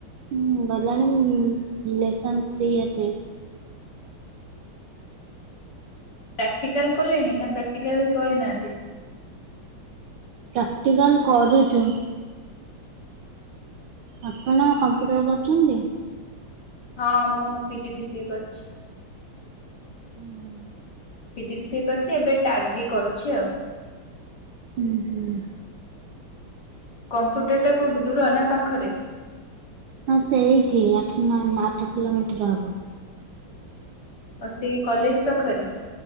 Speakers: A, on the right; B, on the left.
A: ଉଁ ଗଲାଣି ଲେସନ ଥ୍ରୀ ହାତେ।
B: ପ୍ରାକ୍ଟିକାଲ କଲେଣି ନା ପ୍ରାକ୍ଟିକାଲ କରିନାହାନ୍ତି?
A: ପ୍ରାକ୍ଟିକାଲ କରୁଛୁ। ଆପଣ କମ୍ପ୍ୟୁଟର କରୁଛନ୍ତି?
B: ହଁ, ମୁଁ P G D C A କରିଛି।
A: ହୁଁ।
B: P G D C A କରିଛି ଏବେ ଟାଲି କରୁଛି ଆଉ।
A: ଉଁ ହୁଁ।
B: କମ୍ପ୍ୟୁଟର ଟା କୋଉଠି ଦୂର ନା ପାଖରେ?
A: ହଁ ସେଇଠି ଆଠ ନଅ ଆଠ କିଲୋମିଟର ହବ।
B: ଓ ସେଇ କଲେଜ ପାଖରେ।